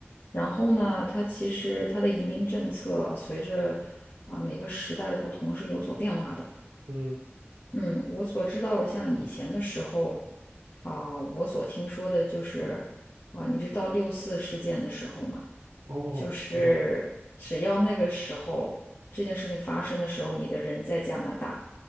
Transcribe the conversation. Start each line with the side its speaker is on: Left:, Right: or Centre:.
Left: 然后呢，它其实它的移民政策随着啊、每个时代的不同是有所变化的。
Right: 嗯，
Left: 嗯，我所知道的，像以前的时候，啊、我所听说的就是，啊、你知道六四事件的时候嘛，
Right: 哦，
Left: 就是只要那个时候这件事情发生的时候，
Right: 知道。
Left: 你的人在加拿大，